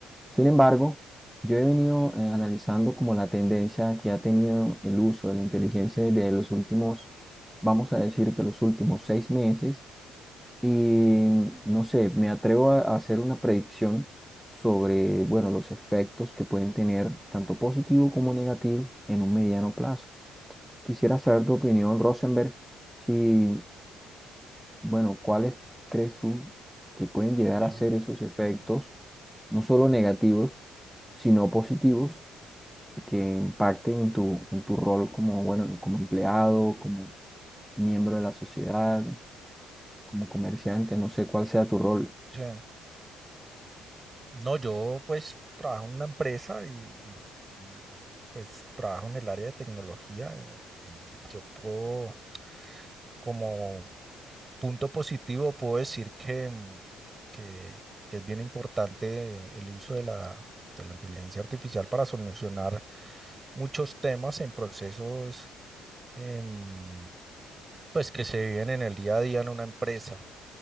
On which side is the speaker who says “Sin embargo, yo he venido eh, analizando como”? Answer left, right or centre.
Centre